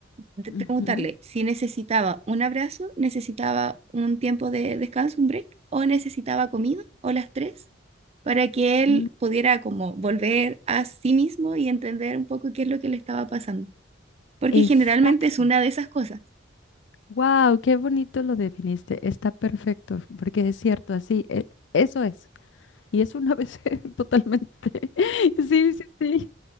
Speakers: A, on the right; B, on the left.
A: de
B: ujú,
A: preguntarle si necesitaba un abrazo, necesitaba un tiempo de descanso, un break, o necesitaba comida, o las tres, para que él
B: mm,
A: pudiera como volver a sí mismo y entender un poco qué es lo que le estaba pasando. Porque
B: Exacto.
A: generalmente es una de esas cosas.
B: Wow, qué bonito lo definiste. Está perfecto, porque es cierto, así, e- eso es. Y es una vez <laughs> totalmente. <laughs> Sí, sí, sí.